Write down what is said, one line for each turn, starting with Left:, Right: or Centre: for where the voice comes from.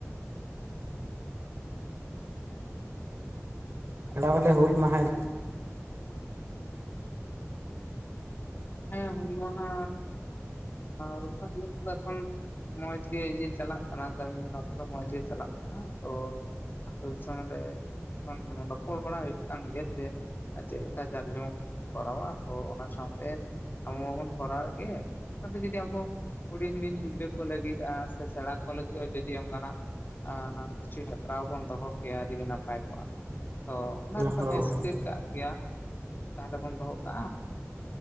Left: ᱦᱮᱸ᱾
Right: ᱟᱞᱮ‌ ᱦᱚᱞᱮ ᱦᱩᱞ ᱢᱟᱦᱟ
Left: ᱦᱮᱸ ᱦᱩᱞ ᱢᱟᱦᱟ, ᱦᱩᱞ ᱢᱟᱦᱟ ᱤᱫᱤ ᱠᱟᱛᱮ ᱫᱚ ᱮᱠᱷᱚᱱ ᱢᱚᱸᱡᱽᱜᱮ ᱡᱮ ᱪᱟᱞᱟᱜ ᱠᱟᱱᱟ ᱠᱟᱹᱢᱤ ᱦᱚᱨᱟ ᱠᱚᱫᱚ ᱢᱚᱸᱡᱽ ᱜᱮ ᱪᱟᱞᱟᱜ ᱠᱟᱱᱟ ᱛᱚ ᱩᱱ ᱥᱚᱢᱚᱭ ᱨᱮ ᱮᱠᱷᱚᱱ ᱨᱚᱯᱚᱲ ᱵᱟᱲᱟ ᱦᱩᱭᱩᱜ ᱠᱟᱱ ᱜᱮᱭᱟ ᱡᱮ ᱟᱨ ᱪᱮᱫ ᱞᱮᱠᱟ ᱡᱟᱸᱠ ᱡᱚᱢᱚᱠᱵᱚᱱ ᱠᱚᱨᱟᱣᱟ ᱛᱚ ᱚᱱᱟ ᱥᱟᱶᱛᱮ ᱟᱵᱚ ᱢᱟᱵᱚᱱ ᱠᱚᱨᱟᱣ ᱮᱫ ᱜᱮ ᱥᱟᱶᱛᱮ ᱡᱩᱫᱤ ᱟᱵᱚ ᱦᱩᱰᱤᱧ-ᱦᱩᱰᱤᱧ ᱜᱤᱫᱽᱨᱟᱹ ᱠᱚ ᱞᱟᱹᱜᱤᱫ ᱥᱮ ᱥᱮᱬᱟ ᱠᱚ ᱞᱟᱹᱜᱤᱫ ᱦᱚᱸ ᱡᱩᱫᱤ ᱚᱱᱠᱟᱱᱟᱜ ᱠᱤᱪᱷᱩ ᱦᱮᱯᱨᱟᱣ ᱵᱚᱱ ᱫᱚᱦᱚ ᱠᱮᱭᱟ ᱟᱹᱰᱤ ᱜᱤ ᱱᱟᱯᱟᱭ ᱠᱚᱜᱼᱟ᱾ ᱛᱚ ᱚᱱᱟ ᱨᱮᱠᱚ
Right: ᱦᱳᱭ
Left: ᱦᱮᱸ ᱥᱤᱠᱟᱹᱨ ᱠᱟᱜ ᱜᱮᱭᱟ, ᱛᱟᱦᱚᱞᱮ ᱵᱚᱱ ᱫᱚᱦᱚ ᱠᱟᱜᱼᱟ᱾